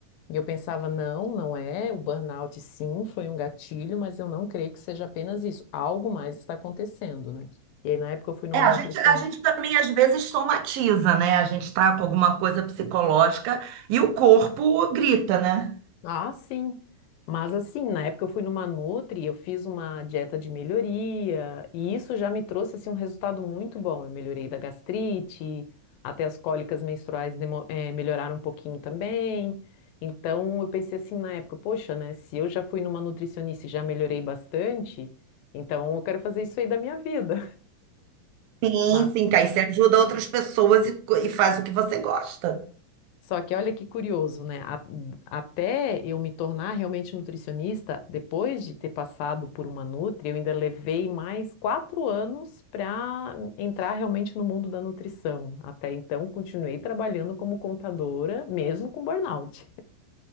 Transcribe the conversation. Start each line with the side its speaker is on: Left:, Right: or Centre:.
Left: E eu pensava, não, não é. O burnout, sim, foi um gatilho, mas eu não creio que seja apenas isso. Algo mais está acontecendo, né? E aí, na época, eu fui numa
Right: É, a
Left: nutricionista.
Right: gente, a gente também às vezes somatiza, né? A gente tá com alguma coisa psicológica e o corpo grita, né?
Left: Ah, sim. Mas assim, na época eu fui numa Nutri, eu fiz uma dieta de melhoria, e isso já me trouxe assim um resultado muito bom. Eu melhorei da gastrite, até as cólicas menstruais demo- eh, melhoraram um pouquinho também. Então eu pensei assim na época, poxa, né, se eu já fui numa nutricionista e já melhorei bastante, então eu quero fazer isso aí da minha vida.
Right: Sim,
Left: <laughs>
Right: sim, que aí você ajuda outras pessoas e, co- e faz o que você gosta.
Left: Só que olha que curioso, né? A- Até eu me tornar realmente nutricionista, depois de ter passado por uma nutri, eu ainda levei mais quatro anos para entrar realmente no mundo da nutrição. Até então, continuei trabalhando como contadora, mesmo com burnout.